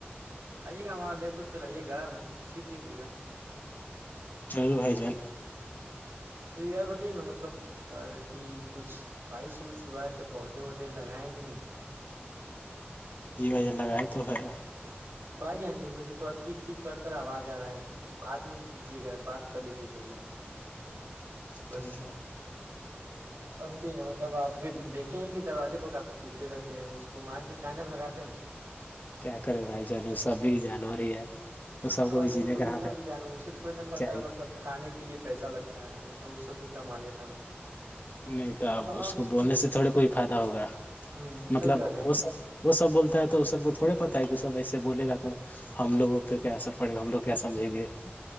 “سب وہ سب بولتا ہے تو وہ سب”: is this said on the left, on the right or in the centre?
Left